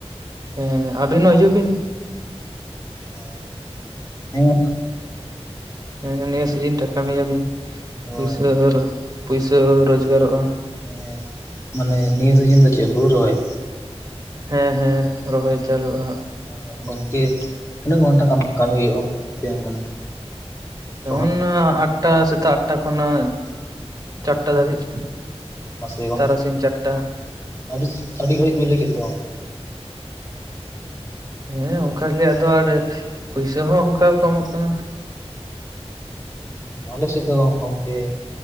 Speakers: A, on the right (about 35°); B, on the left (about 25°).
A: ᱦᱮᱸ ᱟᱹᱵᱤᱱ ᱦᱚᱸ ᱦᱤᱡᱩᱜ ᱵᱤᱱ
B: ᱚ ᱦᱮᱸ
A: ᱦᱮᱸ ᱱᱤᱭᱟᱹ ᱥᱤᱡᱤᱱ ᱴᱟ ᱠᱟᱹᱢᱤ ᱭᱟᱹᱵᱤᱱ
B: ᱦᱳᱭ
A: ᱯᱩᱭᱥᱟᱹ ᱯᱩᱭᱥᱟᱹ ᱨᱚᱡᱽᱜᱟᱨᱚᱜᱼᱟ
B: ᱦᱮᱸ ᱢᱟᱱᱮ ᱱᱤᱭᱟᱹ ᱥᱤᱡᱤᱱ ᱫᱚ ᱪᱮᱫ ᱦᱩᱲᱩ ᱨᱚᱦᱚᱭ
A: ᱦᱮᱸᱻᱦᱮᱸᱻ ᱨᱚᱦᱚᱭ ᱪᱟᱹᱞᱩᱜᱼᱟ ᱦᱟᱸᱜ
B: ᱦᱮᱸ ᱜᱚᱢᱠᱮ ᱛᱤᱱᱟᱹᱜ ᱜᱷᱚᱱᱴᱟ ᱠᱟᱹᱢᱤ ᱦᱩᱭᱩᱜᱼᱟ ᱚᱱᱛᱮ ᱢᱟᱱᱮ
A: ᱮᱢᱚᱱᱟᱜ
B: ᱨᱚᱦᱚᱭ
A: ᱟᱴ ᱴᱟ ᱥᱮᱛᱟᱜ ᱟᱴ ᱴᱟ ᱠᱷᱚᱱᱟᱜ ᱪᱟᱨ ᱴᱟ ᱫᱷᱟᱹᱵᱤᱡ
B: ᱢᱟᱥᱮ ᱜᱚᱢᱠᱮ
A: ᱛᱟᱨᱟᱥᱤᱧ ᱪᱟᱨᱴᱟ
B: ᱟᱹᱰᱤᱥ ᱟᱹᱰᱤ ᱜᱷᱟᱹᱲᱤᱡ ᱵᱮᱱ ᱞᱟᱹᱭ ᱠᱮᱫ ᱫᱚ
A: ᱦᱮᱸ ᱚᱱᱠᱟᱜᱮ ᱟᱫᱚ ᱟᱰᱷᱮᱨ ᱯᱩᱭᱥᱟᱹ ᱦᱚᱸ ᱚᱱᱠᱟ ᱜᱮᱠᱚ ᱮᱢᱚᱜ ᱠᱟᱱᱟ
B: ᱦᱮᱸ ᱟᱞᱮ ᱥᱮᱫ ᱫᱚ ᱜᱚᱝᱠᱮ